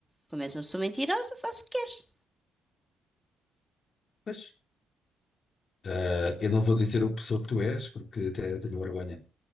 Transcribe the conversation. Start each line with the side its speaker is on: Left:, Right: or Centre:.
Centre: Como és uma pessoa mentirosa, faz o que queres.
Left: Pois, eh, eu não vou dizer o pessoa que tu és, porque até tenho vergonha.